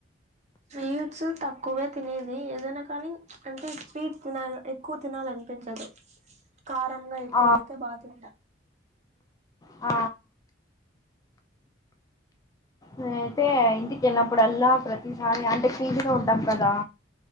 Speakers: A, on the right; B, on the left.
A: స్వీట్స్ తక్కువె తినేది ఏదైనా కానీ అంటే స్వీట్స్ తినాల్ ఎక్కువ తినాలనిపించదు. కారంగా ఎక్కువైతే
B: ఆ
A: బాతింట
B: ఆ నేనయితే ఇంటిక ఎళ్ళినప్పుడల్లా ప్రతిసారి అంటే పీజీలో ఉంటాం కదా.